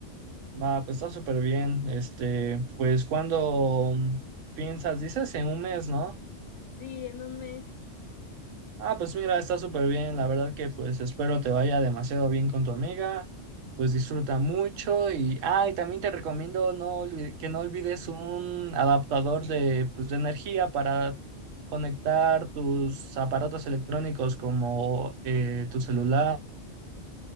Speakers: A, on the right; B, on the left.
A: Va, pues está súper bien. Este, pues cuando piensas, dices en un mes, ¿no?
B: Sí, en un mes.
A: Ah, pues mira, está súper bien. La verdad que pues espero te vaya demasiado bien con tu amiga. Pues disfruta mucho y, ah, y también te recomiendo no olvi- que no olvides un adaptador de, pues, de energía para conectar tus aparatos electrónicos como eh, tu celular